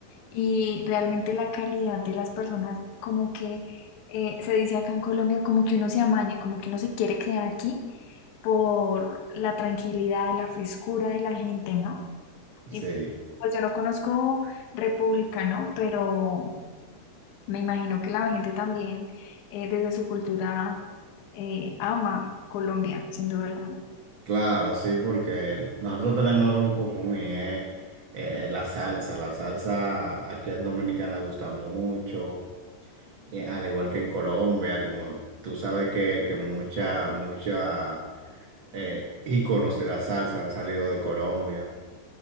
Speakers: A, on the left (about 70°); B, on the right (about 75°).
A: y realmente la calidad de las personas, como que eh, se dice acá en Colombia, como que uno se amaña, como que uno se quiere quedar aquí por la tranquilidad, la frescura de la gente, ¿no? Y
B: Sí,
A: pues yo no conozco República, ¿no? Pero me imagino que la gente también, eh, desde su cultura, eh, ama Colombia, sin duda alguna.
B: claro, sí, porque nosotros tenemos algo en común y es eh, la salsa. La salsa aquí en Dominicana gusta mucho, eh, al igual que en Colombia, como tú sabes que, que mucha, mucha eh, íconos de la salsa han salido de Colombia.